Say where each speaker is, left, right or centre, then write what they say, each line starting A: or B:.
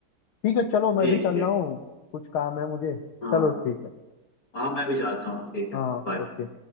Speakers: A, on the left; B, on the left.
A: ठीक है चलो मैं
B: ठीक
A: भी चल
B: ठीक
A: रहा हूँ कुछ काम है मुझे
B: हाँ
A: चलो ठीक है
B: हाँ मैं भी जाता हूँ ठीक है
A: हाँ
B: bye।
A: ओके